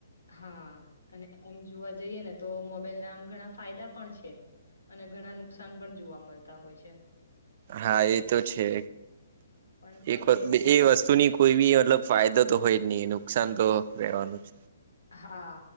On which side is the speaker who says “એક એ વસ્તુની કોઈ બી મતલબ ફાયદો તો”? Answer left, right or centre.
Right